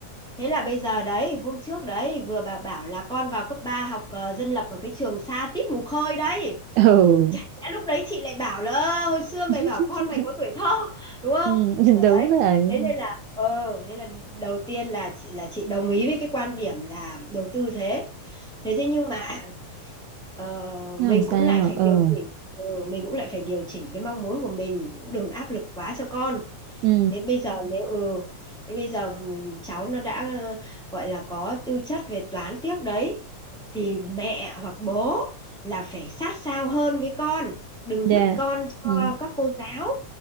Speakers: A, in the centre; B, on the right.
A: thế là bây giờ đấy hôm trước đấy vừa bà bảo là con vào cấp 3 học ờ, dân lập ở cái trường xa tít mù khơi đấy
B: ừ
A: chả lẽ lúc đấy chị lại bảo là "Ơ, hồi xưa mày
B: <laughs>
A: bảo con mày có tuổi thơ đúng không
B: ừ, <laughs>
A: đấy
B: đúng rồi
A: thế nên là ờ nên là đầu tiên là chị là chị đồng ý với cái quan điểm là đầu tư thế thế thế nhưng mà Ờ,
B: nó
A: mình
B: làm sao
A: cũng lại phải
B: ừ
A: điều chỉnh ừ, mình cũng lại phải điều chỉnh cái mong muốn của mình cũng đừng áp lực quá cho con
B: ừ
A: thế bây giờ nếu ừ thế bây giờ ừ, cháu nó đã ờ, gọi là có tư chất về toán tiếc đấy thì mẹ hoặc bố là phải sát sao hơn với con đừng
B: dạ
A: vứt con cho
B: ừ
A: các cô giáo